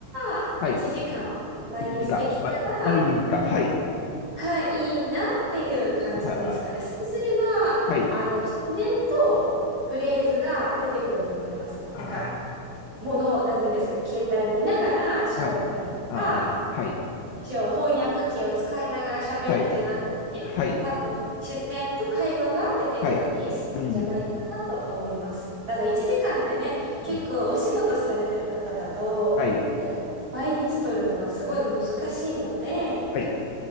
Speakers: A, on the right; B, on the left.
A: ば1時間毎日できたら
B: はい、1時間、ま、毎日1時間、はい、
A: はい、いいなっていう感じですかね。
B: はあ
A: そうすれば、
B: はい、
A: あの、自然とフレーズが出てくると思います。
B: あ
A: なんか、ものを、なんていうんですか、携帯を見ながら喋ったりとか、
B: ー、はい、あー、はい。
A: 一応翻訳機を使いながら喋るんじゃなくて、
B: はい、はい、
A: 多分、自然と会話が出てきたりするんじゃないかなと思います。
B: はい、うん、
A: ただ、1時間ってね、結構お仕事されてる方だと、
B: うんけはい、
A: やっぱ、毎日取るのはすごい難しいので、
B: はい、